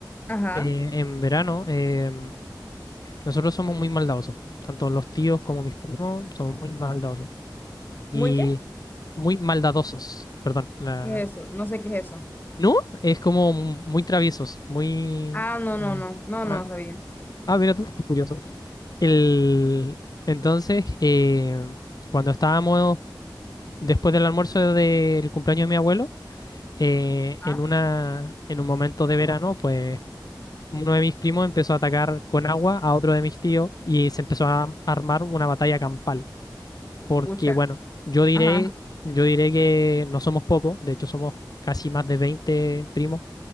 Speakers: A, on the left (about 25°); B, on the left (about 55°).
A: Ajá,
B: eh, en verano, eh, nosotros somos muy maldadosos. Tanto los tíos como mis primos somos muy maldadosos. Y
A: ¿muy qué?
B: muy maldadosos, perdón. la-
A: ¿Qué es eso? No sé qué es eso.
B: ¿No? Es como muy traviesos, muy...
A: Ah, no, no, no, no,
B: Ah.
A: no sabía.
B: Ah, mira tú, curioso. El... Entonces, eh, cuando estábamos después del almuerzo del cumpleaños de mi abuelo, eh,
A: Ah,
B: en una, en un momento de verano, pues uno de mis primos empezó a atacar con agua a otro de mis tíos y se empezó a armar una batalla campal. Porque,
A: Pucha,
B: bueno, yo diré,
A: ajá,
B: yo diré que no somos pocos, de hecho somos casi más de 20 primos